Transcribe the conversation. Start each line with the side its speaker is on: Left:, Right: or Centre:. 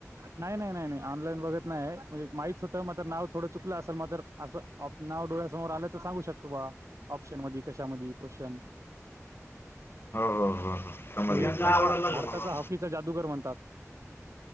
Right: नाही नाही नाही नाही ऑनलाईन बघत नाही म्हणजे माहित होतं मात्र नाव थोडं चुकलं असेल मात्र असं नाव डोळ्यासमोर आलं तर सांगू शकतो बघा ऑप्शन मधी कशामध्ये क्वशनमधी
Left: हो हो हो हो समजलं.
Right: म्हणजे त्याला भारताचा हॉकीचा जादूगर म्हणतात